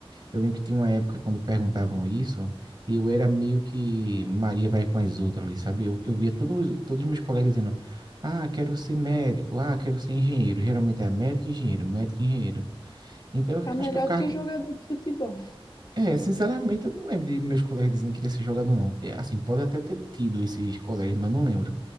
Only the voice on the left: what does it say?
Tá
melhor
do que
jogador de futebol.